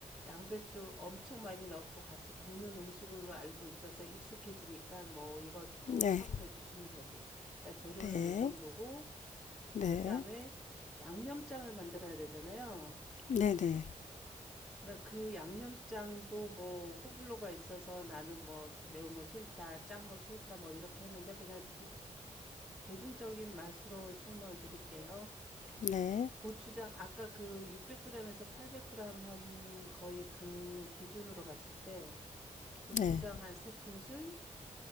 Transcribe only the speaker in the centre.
양배추 엄청 많이 넣고 같이 볶는 음식으로 알고 있어서 익숙해지니까 뭐 이것도
참고해 주시면 되고 그러니까 재료는
요 정도고
그다음에 양념장을 만들어야 되잖아요.
그러니까 그 양념장도 뭐 호불호가 있어서 나는 뭐 매운 거 싫다, 짠 거 싫다 뭐 이렇게 하는데 그냥 대, 대중적인 맛으로 설명을 드릴게요.
고추장 아까 그 600g에서 800g 한 거의 그 기준으로 봤을 때 고추장
한 세 큰술